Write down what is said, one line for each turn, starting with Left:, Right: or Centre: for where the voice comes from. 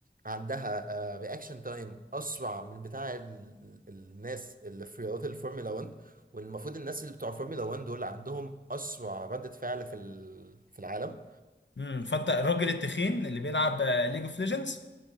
Right: عندها رياكشن تايم اسرع من بتاع ال- ال- الناس اللي في رياضات الفورمولا 1 والمفروض الناس اللي بتوع الفورمولا 1 دول عندهم اسرع ردة فعل في ال- في العالم
Left: امم فأنت الراجل التخين اللي بيلعب ليج اوف ليجندز